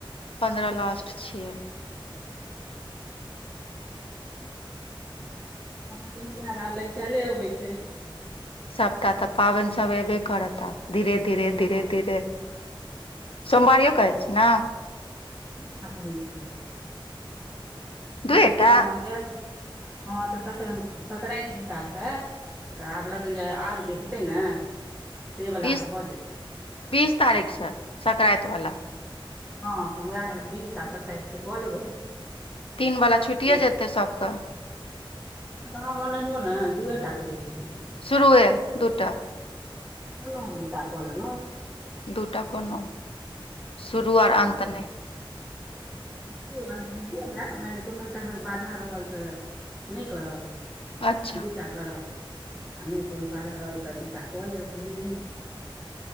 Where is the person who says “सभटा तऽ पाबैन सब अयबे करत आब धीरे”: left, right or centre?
Left